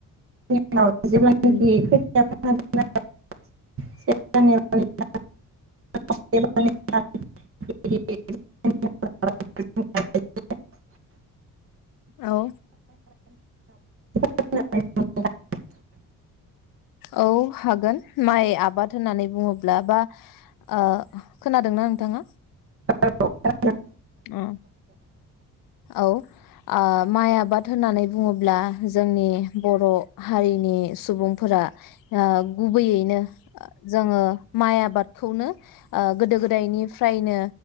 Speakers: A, on the right; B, on the left.
A: <unintelligible> औ जेब्लानोखि
B: उम
A: खोथिया फोनो <unintelligible>
B: औ
A: <unintelligible>
B: औ हागोन माइ आबाद होननानै बुङोब्ला बा ओ खोनादोंना नोंथाङा
A: ओ ओ औ ओ
B: अ औ आ माइ आबाद होननानै बुङोब्ला जोंनि बर' हारिनि सुबुंफोरा ओ गुबैयैनो ओ जोङो माइ आबादखौनो ओ गोदो गोदायनिफ्रायनो